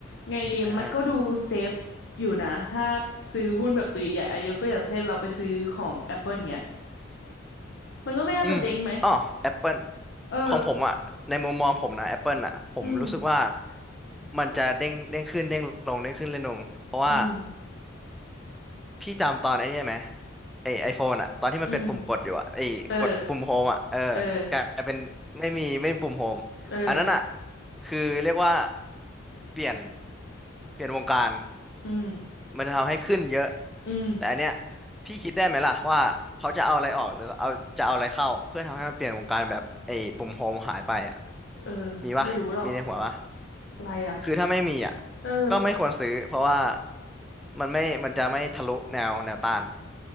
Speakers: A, on the left (about 60°); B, in the centre.
A: ไงดีมันก็ดูเซฟอยู่นะถ้า
B: ใช่
A: ซื้อหุ้นแบบตัวใหญ่ๆอายกตัวอย่างเช่นเราไปซื้อของ Apple เงี้ยมันก็ไม่น่าจะเจ๊งไหม
B: อืมอ๋อ Apple
A: เออ
B: ของผมอ่ะในมุมมองผมนะ Apple อ่ะผมรู้สึกว่า
A: อืม
B: มันจะเด้งเด้งขึ้นเด้งลงเด้งขึ้นเด้งลงเพราะว่า
A: อืม
B: พี่จำตอนไอ้นี่ไหมไอไอโฟนอ่ะตอนที่มันเป็นปุ่มกดอยู่อ่ะไอกดปุ่มโฮมอ่ะเออ
A: อืม เออเออ
B: กลายเป็นไม่มีไม่มีปุ่มโฮมอันนั้นอ่ะ
A: เออ
B: คือเรียกว่าเปลี่ยนเปลี่ยนวงการ
A: อืม
B: มันจะทำให้ขึ้นเยอะ
A: อืม
B: แต่อันเนี้ยพี่คิดได้ไหมล่ะว่าเขาจะเอาอะไรออกหรือเอาจะเอาอะไรเข้าเพื่อทำให้มันเปลี่ยนวงการแบบไอ้ปุ่มโฮมหายไปอ่ะ
A: เออ
B: มีปะมีในหัวปะ
A: ไม่รู้หรอกอะไรอ่ะ
B: คือถ้าไม่มีอ่ะ
A: เออ
B: ก็ไม่ควรซื้อเพราะว่ามันไม่มันจะไม่ทะลุแนวแนวต้าน